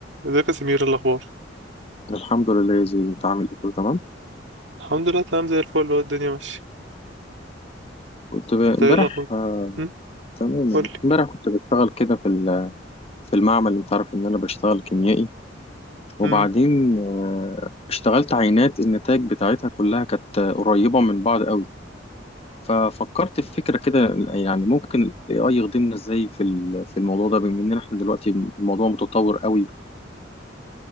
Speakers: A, on the right; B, on the left.
A: ازيك يا سمير إيه الاخبار
B: الحمد لله يا زين انت عامل ايه كله تمام
A: الحمد لله تمام زي الفل هو الدنيا ماشيه
B: كنت ب- امبارح
A: انت ايه الاخبار
B: آه،
A: هم
B: تمام يعني
A: قول لي
B: امبارح كنت بشتغل كده في ال- في المعمل انت عارف ان انا بشتغل كيميائي وبعدين
A: هم
B: آه، اشتغلت عينات النتائج بتاعتها كلها كانت آه، قريبة من بعض قوي ففكرت في فكرة كده يعني ممكن الاي اي يخدمنا ازاي في ال- في الموضوع ده بما ان احنا دلوقتي الموضوع متطور قوي